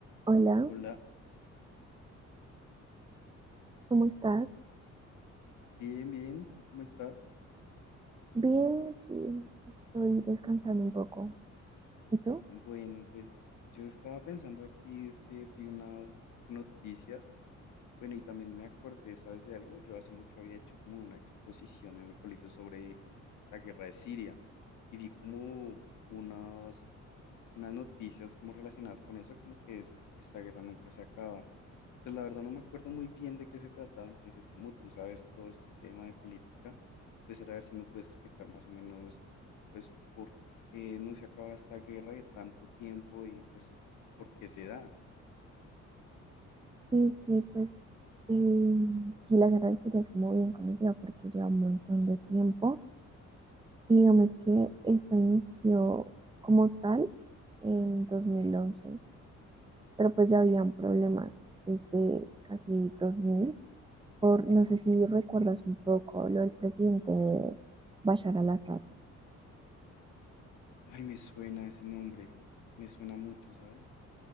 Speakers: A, on the right; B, on the left.
A: Hola,
B: Hola,
A: ¿cómo estás?
B: bien, bien, ¿tú cómo estás?
A: Bien, aquí estoy descansando un poco. ¿Y tú?
B: Bueno, pues yo estaba pensando aquí, es que vi unas noticias, bueno, y también me acordé, ¿sabes de algo? Yo hace mucho había hecho como una exposición en el colegio sobre la guerra de Siria y vi como unos unas noticias como relacionadas con eso, como que, es, que esta guerra nunca se acaba. Y pues la verdad no me acuerdo muy bien de qué se trataba, entonces como tú sabes todo este tema de política, pues era ver si me puedes explicar más o menos, pues por qué no se acaba esta guerra de tanto tiempo y pues por qué se da.
A: Sí, sí, pues em, sí, la guerra de Siria es muy bien conocida porque lleva un montón de tiempo. Y digamos que esta inició como tal en 2011, pero pues ya habían problemas desde casi 2000. Por, no sé si recuerdas un poco lo del presidente de Bashar al-Assad.
B: Ay, me suena ese nombre, me suena mucho, ¿sabes?